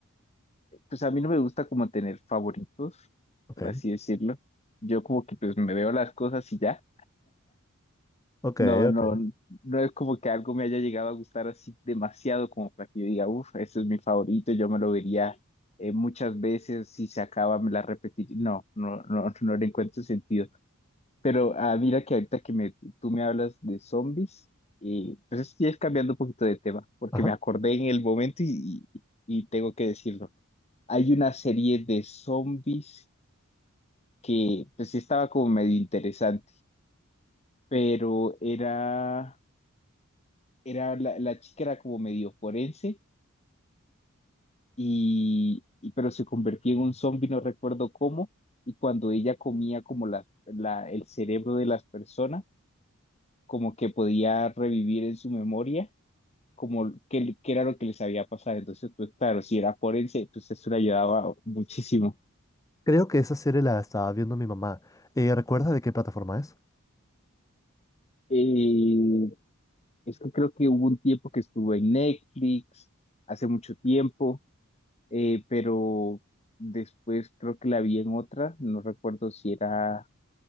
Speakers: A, on the left; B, on the left.
A: pues a mí no me gusta como tener favoritos,
B: Ok,
A: por así decirlo. Yo como que pues me veo las cosas y ya.
B: ok,
A: No,
B: ok.
A: no, no es como que algo me haya llegado a gustar así demasiado como para que yo diga, uff, ese es mi favorito, yo me lo vería eh, muchas veces, si se acaba me la repetiría. No, no, no, <laughs> no le encuentro sentido. Pero ah, mira que ahorita que me, tú me hablas de zombies, y pues estoy es cambiando un poquito de tema, porque
B: Ajá.
A: me acordé en el momento y, y, y tengo que decirlo. Hay una serie de zombies que pues sí estaba como medio interesante, pero era... era la, la chica era como medio forense y, y- pero se convertía en un zombie, no recuerdo cómo, y cuando ella comía como la, la- el cerebro de las personas, como que podía revivir en su memoria como qué, qué era lo que les había pasado. Entonces, pues claro, si era forense, pues eso le ayudaba muchísimo.
B: Creo que esa serie la estaba viendo mi mamá. Eh, ¿recuerdas de qué plataforma es?
A: Eh, es que creo que hubo un tiempo que estuvo en Netflix, hace mucho tiempo. eh, pero después creo que la vi en otra, no recuerdo si era,